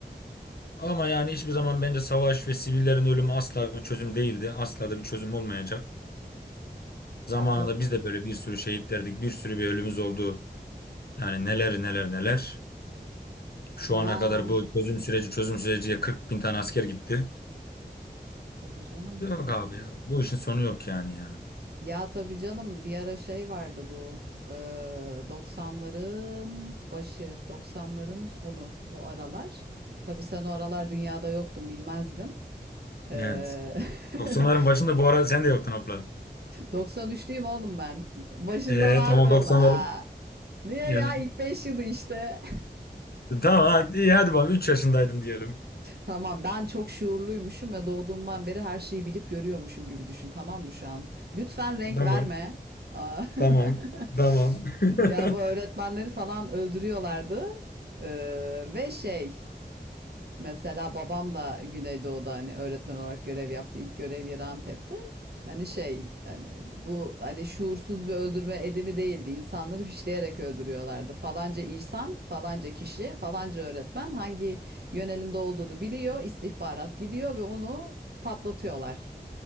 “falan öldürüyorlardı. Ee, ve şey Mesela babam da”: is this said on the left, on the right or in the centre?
Right